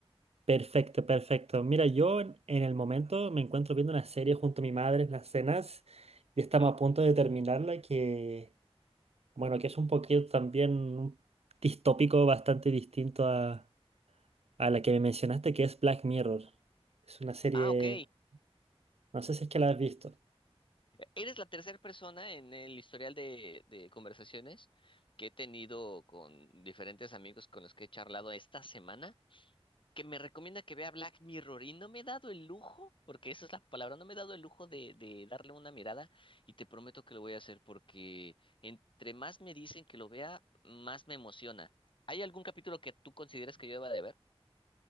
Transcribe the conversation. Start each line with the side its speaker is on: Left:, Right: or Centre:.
Right: perfecto, perfecto. Mira, yo en en el momento me encuentro viendo una serie junto a mi madre en las cenas y estamos
Left: Ujú.
Right: a punto de terminarla que, bueno, que es un poquito también un distópico bastante distinto a, a la que me mencionaste, que es Black Mirror. Es una serie,
Left: Ah, ok.
Right: no sé si es que la has visto.
Left: Eres la tercera persona en el historial de, de conversaciones que he tenido con diferentes amigos con los que he charlado esta semana que me recomienda que vea Black Mirror y no me he dado el lujo, porque esa es la palabra, no me he dado el lujo de, de darle una mirada y te prometo que lo voy a hacer porque entre más me dicen que lo vea, más me emociona. ¿Hay algún capítulo que tú consideres que yo deba de ver?